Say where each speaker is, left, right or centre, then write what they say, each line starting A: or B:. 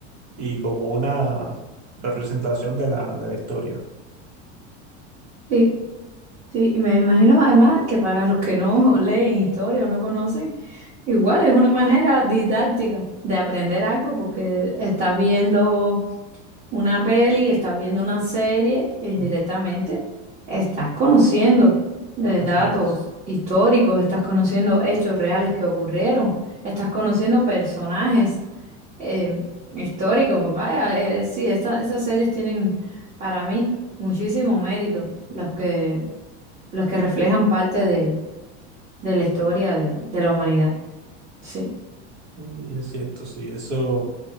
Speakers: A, on the right (about 80°); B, on the right (about 25°).
A: y como una representación de la, de la historia.
B: Sí, sí, y me imagino además que para los que no <laughs> leen historia o no conocen, igual es una manera didáctica de aprender algo porque estás viendo. una peli, estás viendo una serie, e indirectamente
A: Mm,
B: estás conociendo de
A: Así
B: datos
A: es.
B: históricos, estás conociendo hechos reales que ocurrieron, estás conociendo personajes eh, históricos. Vaya, eh, eh, sí, esa- esas series tienen para mí muchísimo mérito, los que, los que reflejan parte de, de la historia de, de la humanidad. Sí,
A: Y es cierto, sí, eso.